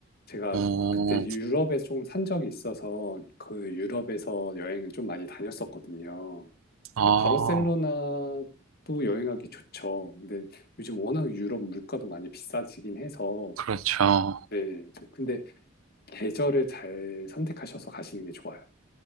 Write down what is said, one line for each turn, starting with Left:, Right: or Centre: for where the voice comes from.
Left: 제가
Right: 어,
Left: 그때 유럽에 조금 산 적이 있어서 그 유럽에서 여행을 좀 많이 다녔었거든요.
Right: 아,
Left: 근데 바르셀로나도 여행하기 좋죠. 근데 요즘 워낙 유럽 물가도 많이 비싸지긴 해서
Right: 그렇죠.
Left: 네, 저- 근데 계절을 잘 선택하셔서 가시는 게 좋아요.